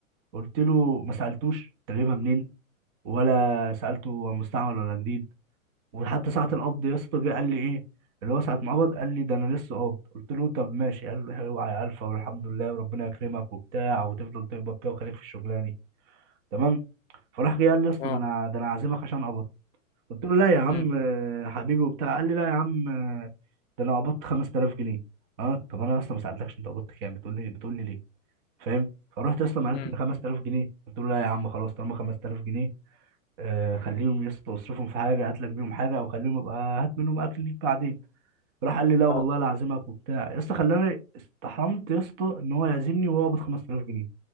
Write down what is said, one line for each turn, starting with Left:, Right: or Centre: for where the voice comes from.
Right: قلت له ما سالتوش انت جايبها منين ولا سالته هو مستعمل ولا جديد وحتى ساعة القبض يا اسطى جه قال لي ايه اللي هو ساعة ما قبض قال لي ده انا لسه قابض قلت له طب ماشي قال لي اوعى يا الفا والحمد لله وربنا يكرمك وبتاع وتفضل تقبض كده وخليك في الشغلانة دي تمام فراح جه قال لي يا اسطى
Left: اه
Right: ده انا ده انا عازمك عشان قبض قلت له لا يا عم
Left: امم
Right: آه، حبيبي وبتاع قال لي لا يا عم آه، ده انا قبضت 5000 جنيه اه طب انا اصلا ما سالتكش انت قبضت كام بتقول لي بتقول لي ليه فاهم فرحت اصلا عرفت
Left: امم
Right: ان 5000 جنيه قلت له لا يا عم خلاص طالما 5000 جنيه آه، خليهم يا اسطى اصرفهم في حاجه هات لك بيهم حاجه او خليهم ابقى هات منهم اكل ليك بعدين راح قال لي لا
Left: اه
Right: والله لا اعزمك وبتاع يا اسطى خلاني استحرمت يا اسطى ان هو يعزمني وهو قابض 5000 جنيه